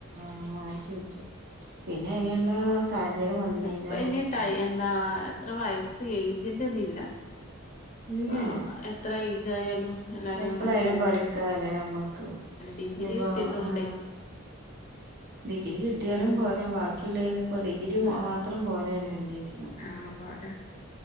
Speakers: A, on the right; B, on the left.
A: ആ മാറ്റി വെച്ചു പിന്നെ അയിനുള്ള സാഹചര്യം വന്നീല്ല
B: ഉപ്പ ഇനിട്ടായി
A: കുട്ടികള്
B: എന്താ എത്ര വയസ് ഏജന്റ്ന്നില്ല
A: ഇല്ലല്ല
B: അപ്പ എത്ര ഏജ ആയാലും എല്ലരും
A: എപ്പളായാലും
B: അങ്ങനെ പോവണ്ട്
A: പഠിക്കാല്ലേ നമ്മക്ക്
B: ഡിഗ്രി
A: ഇനിപ്പോ
B: കിട്ടിയതോണ്ടേ
A: ആഹ് ഡിഗ്രി കിട്ടിയാലും
B: ഉം
A: പോരാ ബാക്കിയുള്ളതിനി ഇപ്പോ ഡിഗ്രി മാത്രം പോരല്ലോ എന്തും നി
B: ആഹ് പോരാ